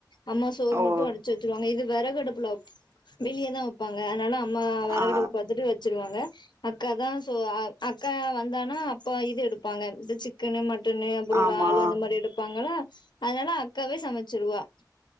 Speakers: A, on the left; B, on the right.
A: அம்மா சோர்
B: ஓ
A: மட்டு வடிச்சு வச்சுருவாங்க இது வெறகடுப்புல வெளியதா வைப்பாங்க அதனால அம்மா வெறகடுப்பு
B: ஆ
A: பாத்துட்டு வச்சிருவாங்க அக்கா தா சோ அக்கா வந்தானா அப்பா இது எடுப்பாங்க இது சிக்கனு மட் ட்டுன்னு அப்புற ஒரு
B: ஆமா
A: ஆள் அந்த மாரி எடுப்பாங்களா அதனால அக்காவே சமைச்சிருவா